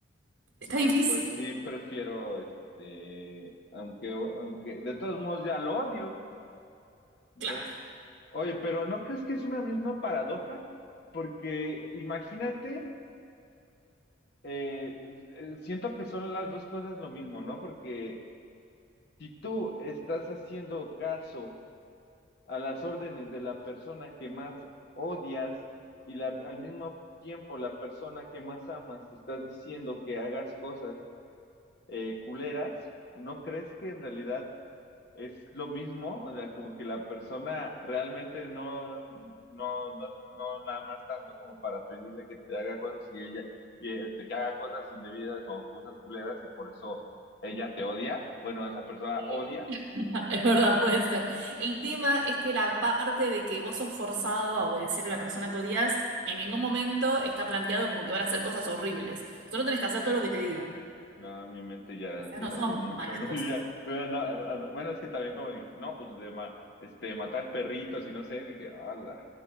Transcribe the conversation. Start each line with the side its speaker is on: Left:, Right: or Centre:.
Right: Está
Left: No,
Right: difícil.
Left: pues sí, prefiero, este, aunque, aunque de todos modos ya lo odio. Entonces,
Right: Claro.
Left: oye, pero ¿no crees que es una misma paradoja? Porque imagínate, eh, eh, siento que son las dos cosas lo mismo, ¿no? Porque si tú estás haciendo caso a las órdenes de la persona que más odias y la- al mismo tiempo la persona que más amas te está diciendo que hagas cosas eh, culeras, ¿no crees que en realidad es lo mismo, o sea, como que la persona realmente no, no, no, no la amas tanto como para pedirle que te haga cosas y ella, y este, que haga cosas indebidas o cosas culeras y por eso ella te odia, bueno, esa persona
Right: Sí.
Left: odia,
Right: <laughs> Es verdad, puede ser. El tema es que la parte de que vos sos forzado a obedecer a la persona que odias, en ningún momento está planteado como que van a hacer cosas horribles. Solo tenés que hacer todo lo que te diga.
Left: no, mi mente ya
Right: Quizás
Left: divagó
Right: no son
Left: mucho,
Right: malas
Left: ¿no?
Right: cosas.
Left: <laughs> Yo ya, yo andaba- and- bueno, es que también como dije, no, pues de ma- este, matar perritos y no sé, dije, ala.